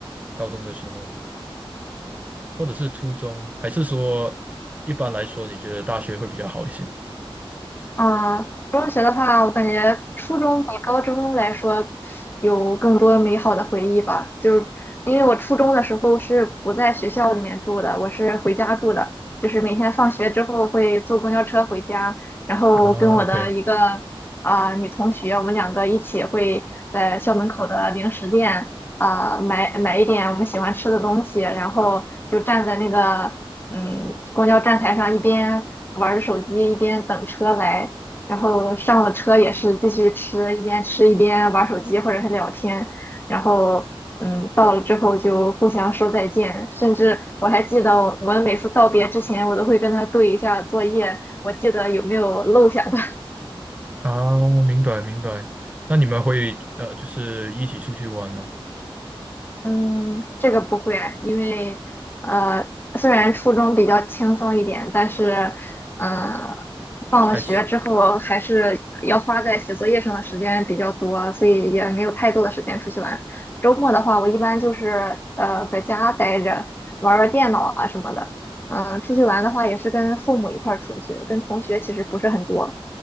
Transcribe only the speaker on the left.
啊，中学的话，我感觉初中比高中来说有更多美好的回忆吧。就是因为我初中的时候是不在学校里面住的，我是回家住的，就是每天放学之后会坐公交车回家，然后跟我的一个啊、
女同学，我们两个一起会在校门口的零食店啊、买买一点我们喜欢吃的东西，然后就站在那个嗯公交站台上一边玩着手机，一边等车来，然后上了车也是继续吃，一边吃一边玩手机或者是聊天，然后嗯，到了之后就互相说再见，甚至我还记得我们每次道别之前，我都会跟他对一下作业，我记得有没有漏下的。
嗯，这个不会，因为呃，虽然初中比较轻松一点，但是，呃，放了学之后还是要花在写作业上的时间比较多，
所以也没有太多的时间出去玩。周末的话，我一般就是呃在家待着，玩儿玩儿电脑啊什么的。嗯、出去玩的话也是跟父母一块儿出去，跟同学其实不是很多。